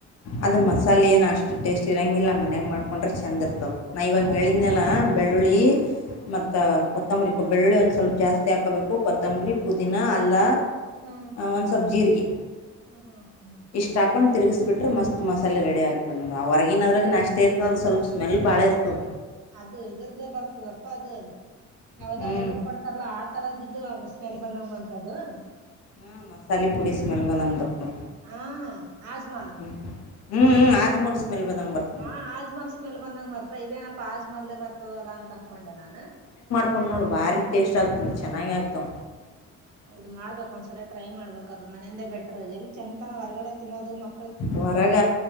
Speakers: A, on the left; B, on the right.
A: ಅದು ಮಸಾಲೆ ಏನು ಅಷ್ಟು ಟೇಸ್ಟ್ ಇರಂಗಿಲ್ಲ ಮನೆಯಾಗ ಮಾಡ್ಕೊಂಡ್ರೆ ಚಂದ ಇರ್ತವೆ ನಾ ಇವಾಗ
B: ಹೌದು
A: ಹೇಳಿದ್ನೆೆಲ್ಲ ಬೆಳ್ಳುಳ್ಳಿ
B: ಹ್ಮ್
A: ಮತ್ತು ಕೊತ್ತಂಬರಿ ಕೊ ಬೆಳ್ಳುಳ್ಳಿ ಒಂದು ಸ್ವಲ್ಪ ಜಾಸ್ತಿ ಹಾಕೋಬೇಕು ಕೊತ್ತಂಬರಿ ಪುದೀನ ಅಲ್ಲ
B: ಹ್ಮ್
A: ಒಂದ್ಸಬ್ ಜೀರಿಗೆ
B: ಹ್ಮ್ ಹ್ಮ್
A: ಇಷ್ಟ ಹಾಕೊಂಡ್ ತಿರುಗಿಸಬಿಟ್ರೆ ಮಸ್ತ್ ಹಷ್ಟ ಮಸಾಲ ರೆಡಿ ಆಗ್ತದೆ ನಮಡಿ ಆ ಹೊರಗಿನ ಅದ್ರೆ ಅಷ್ಟ ಇರ್ತದೆ ಅದು ಸ್ವಲ್ಪ ಸ್ಮೆಲ್ ಭಾಳ ಇರ್ತದೆ
B: ಅದು ಇದ್ರದ್ದ ಬರ್ತದಪ್ಪ ಅದು ಯಾವದ
A: ಹ್ಮ್
B: ಇದ ಕೊಡ್ತಾರಲ್ಲ ಆ ತರದು ಬಸ್ ಮೇಲೆ ಬಂದಂಗ ಬಂತದು
A: ಹಾ ಮಸಾಲೆ ಪುಡಿ ಸ್ಮೆಲ್ ಬಂದಂಗ್ ಬರ್ತದ
B: ಹ್ಮ ಆಜಮಲ್
A: ಹ್ಮ್ ಹ್ಮ್ ಹ್ಮ್ ಆಜ್ಮೂಲ್ ಸ್ಮೆಲ್ ಬದಂಗಗೆ ಬರ್ತ
B: ಹಾ ಆಜ್ಮಲ್ ಸ್ಮೆಲ್ ಬಂದಂಗ ಬರ್ತ ಇದೇನಪ್ಪಾ ಆಜ್ಮಲ್ದ ಬರ್ತದಲ್ಲಾ ಅಂತ ಅನ್ಕೊಂಡೆ ನಾನು
A: ಕಕೊಂಡು ನೋಡು ಭಾರಿ ಟೇಸ್ಟ್ ಆಗ್ತ ಚೆನ್ನಾಗ ಆಗ್ತವ
B: ಹೌದು ಮಾಡ್ಬೇಕು ಒಂದ್ಸಲ ಟ್ರೈ ಮಾಡ್ಬೇಕ ಅದು ಮನೆಯಂದೇ ಬೆಟರ್ ಇದೆ ಎಲ್ಲಿ ಚಂತನ ಹೊರಗಡೆ ತಿನ್ನೋದು ಮ
A: ಹೊರಗ